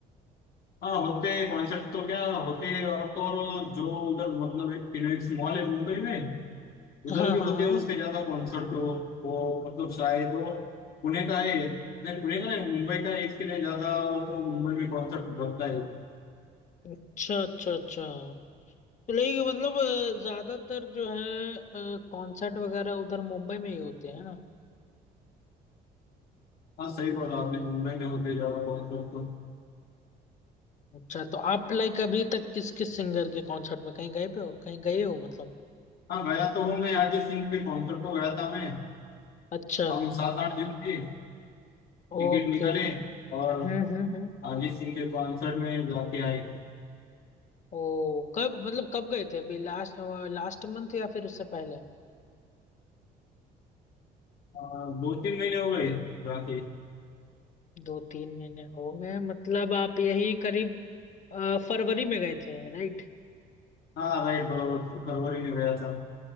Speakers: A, on the left (about 65°); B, on the left (about 45°).
A: हाँ होते कॉन्सेप्ट तो क्या होते हैं और तो और जो उधर मतलब एक फिनोलेक्स मॉल है मुंबई में उधर
B: हाँ
A: भी
B: हाँ
A: होते हैं
B: हाँ
A: उसके ज्यादा कॉन्सर्ट हो वो मतलब शायद वो पुणे का है नहीं पुणे का नहीं मुंबई का है इसके लिए ज्यादा तो मुंबई में कॉन्सर्ट रखता है वो।
B: अच्छा अच्छा अच्छा तो लेकिन मतलब अ, ज्यादातर जो है कॉन्सर्ट वगैरह उधर मुंबई में ही होते हैं ना
A: हाँ सही बोला आपने मुंबई में होते ज्यादा कॉन्सर्ट तो
B: अच्छा तो आप लाइक अभी तक किस किस सिंगर के कॉन्सर्ट में कहीं गए पे हो कहीं गए हो मतलब
A: हाँ गया तो हूँ मैं अरिजीत सिंह के कॉन्सर्ट को गया था मैं
B: अच्छा
A: हम सात आठ जन थे टिकट
B: ओके
A: निकाले और
B: हम्म हम्म हम्म
A: अरिजीत सिंह के कॉन्सर्ट में जाके आए
B: ओ कब मतलब कब गए थे अभी लास्ट लास्ट मंथ या फिर उससे पहले
A: आ, दो तीन महीने हो गए जाके
B: दो तीन महीने हो गए मतलब आप यही करीब अ, फरवरी में गए थे राइट
A: हाँ राइट बराबर फरवरी में गया था